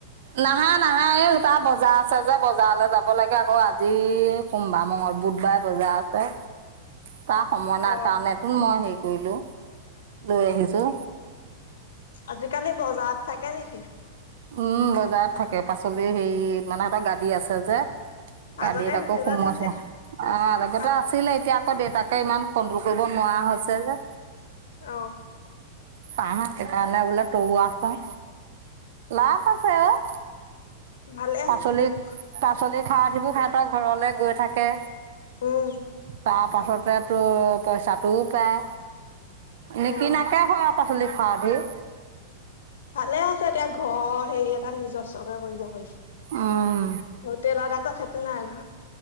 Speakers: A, on the right (about 60°); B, on the left (about 85°).
A: নাহা, নাহা, এই তাৰ বজাৰ আছে যে বজাৰলৈ যাব লাগে আকৌ আজি সোমবাৰ, মংগল, বুধবাৰে বজাৰ আছে তাৰ সময় না
B: অ',
A: কাৰণে <unintelligible> মই হেৰি কৰিলোঁ লৈ আহিছো
B: আজিকালি বজাৰত থাকে নেকি?
A: উম, বজাৰত থাকে পাচলি হেৰি মানে তা গাদী আছে যে গাদীত
B: আগতে
A: আকৌ
B: হোটেলত
A: সুমুৱাই
B: নাছিল।
A: থৈ আ আ, আগতে
B: অ',
A: আছিলে এতিয়া আকৌ দেউতাকে ইমান কণ্ট্ৰল কৰিব নোৱাৰা হৈছে যে।
B: অ'।
A: পাহা সেইকাৰণে বোলে তৌ আছে, লাভ আছে অ'।
B: ভালে হৈছে
A: পাচলি
B: দিয়ক।
A: পাচলি খাৱ উঠিবোৰ সিহঁতৰ ঘৰলে গৈ থাকে।
B: উম।
A: তাৰপাছতে তোৰ পইচাটোও পায়, নিকিনাকে
B: অ',
A: হয়। পাচলি খাওঁ ঢেৰ।
B: ভালে হৈছে এতিয়া ঘৰ হেৰি এটা নিজস্বকে কৰিব পাৰিছে।
A: উম
B: হোটেলত ক সেইটো নাই নহয়।